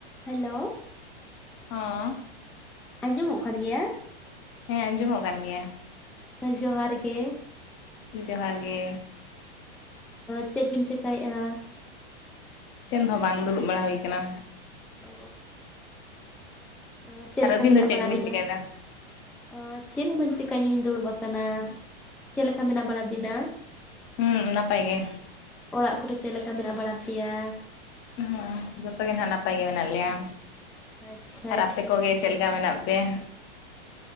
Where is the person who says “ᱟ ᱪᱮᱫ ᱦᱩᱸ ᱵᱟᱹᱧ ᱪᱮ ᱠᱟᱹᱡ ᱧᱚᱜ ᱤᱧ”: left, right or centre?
Centre